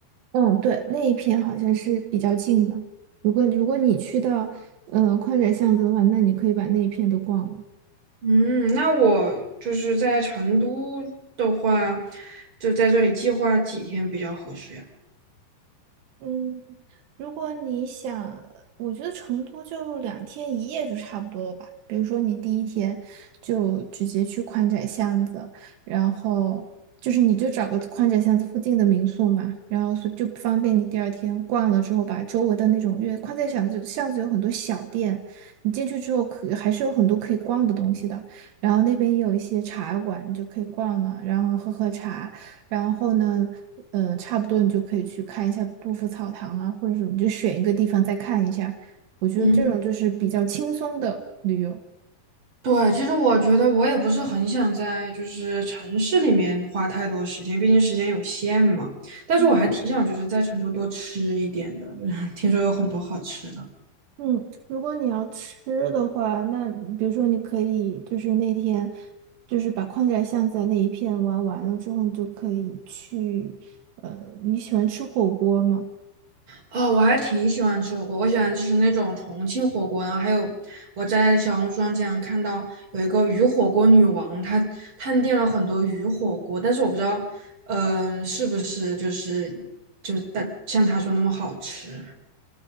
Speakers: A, on the right; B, on the right.
A: 嗯，对，那一片好像是比较近的。如果如果你去到，嗯、宽窄巷子的话，那你可以把那一片都逛了。
B: 嗯，那我就是在成都的话，就在这里计划几天比较合适呀？
A: 嗯，如果你想，我觉得成都就两天一夜就差不多了吧。比如说你第一天就直接去宽窄巷子，然后就是你就找个宽窄巷子附近的民宿嘛，然后所以就方便你第二天逛了之后，把周围的那种，因为宽窄巷子巷子有很多小店，你进去之后可还是有很多可以逛的东西的。然后那边也有一些茶馆，你就可以逛了，然后喝喝茶。然后呢，呃，差不多你就可以去看一下杜甫草堂啊，或者什么，就选一个地方再看一下。我觉得这种就是比较轻松的旅游。
B: 嗯。对，其实我觉得我也不是很想在就是城市里面花太多时间，毕竟时间有限嘛。但是我还挺想就是在成都多吃一点的，
A: 嗯
B: <laughs> 就是听说有很多好吃的。
A: 嗯，如果你要吃的话，那比如说你可以就是那天就是把宽窄巷子那一片玩完了之后，你就可以去，呃，你喜欢吃火锅吗？
B: 啊、我还挺喜欢吃火锅，我喜欢吃那种重庆火锅，然后还有我在小红书上经常看到有一个鱼火锅女王，她探店了很多鱼火锅，但是我不知道，嗯、是不是就是就但像她说那么好吃。